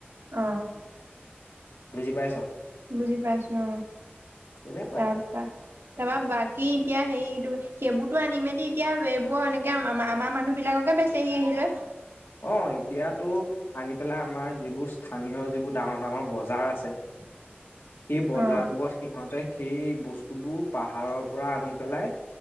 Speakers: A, on the right (about 85°); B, on the left (about 80°).
A: অৱ।
B: বুজি পাইছ।
A: বুজি পাইছো অৱ,
B: তেনেকুৱাই
A: তাৰপা! তাৰাপৰা বাকী এতিয়া হেৰি সেইবোৰতো আনি মেলি এতিয়া এইবোৰ এনেকে আমাৰ মানুহ বিলাককে বেছি তেই আহিলৈ।
B: অৱ, এতিয়াতো আনি পেলাই আমাৰ যিবোৰ স্থানীয় যিবোৰ ডাঙৰ ডাঙৰ বজাৰ আছে।
A: <unintelligible>
B: সেই বজাৰবোৰত
A: অ
B: সিহঁতে সেই বস্তুবোৰ পাহাৰৰ পৰা আনি পেলাই,